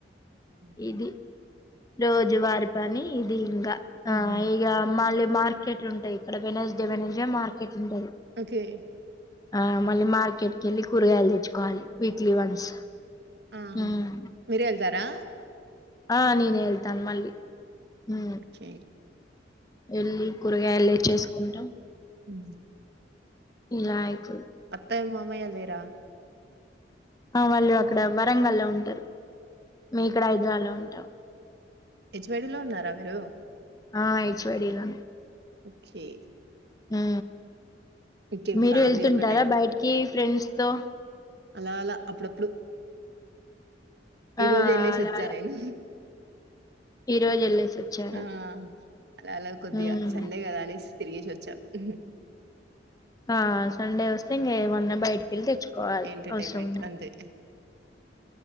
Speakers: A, on the right (about 65°); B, on the left (about 20°).
A: హ్మ్.
B: ఇది రోజు వారి పని ఇది ఇంగా
A: హ్మ్.
B: ఆహ్ ఈగ మల్లి మార్కెట్ ఉంటాయి. ఇక్కడ Wednesday Wednesday market ఉంటది.
A: ఓకే
B: ఆహ్ మళ్ళీ మార్కెట్కి వెళ్ళి కూరగాయలు తెచ్చుకోవాలి. వీక్లీ వన్స్
A: ఆమ్
B: ఉమ్.
A: మీరేల్ద రా
B: ఆ నేనిల్ తన్ మళ్ళి హు
A: ఓకే
B: ఎళ్ళి కూరగాయలు తెచ్చుసుకుంటం.
A: హు
B: ఇలాయితు
A: అత్తయ్య మామయ్య లేరా
B: ఆ వాళ్ళు అక్కడ వరంగల్లో ఉంటరు. మీ ఇక్కడ హైదరాలో ఉ టా
A: హెచ్వడిలో ఉన్నారా మీరు
B: ఆ చ్చ్ యై డి లొనె
A: ఓకే
B: హు
A: ఇంకేం
B: మీరు
A: ఫ్యామిలీ
B: ఎళ్తుంటారా
A: ఒకటేగా
B: బయటికి ఫ్రెండ్స్ తో
A: అలా అలా అప్పుడప్పుడు ఈ
B: ఆ
A: రోజు ఎళ్ళెసొచ్చా
B: అలా అలా
A: నేను,
B: ఈ రోజు వెళ్ళేసి వచ్చారు
A: ఆ అలా అలా కొద్దిగా
B: ఉమ్.
A: సండే కదా అనేస్ తిరిగేసి వచ్చా హుహ్
B: ఆస్ సండే వస్తే ఇంగే వన్న బయిట్ ఇళ్ తెచ్చ్ కోవాలి,
A: ఎంటర్టైన్మెంట్
B: అవసరం ఉన్న
A: అంతే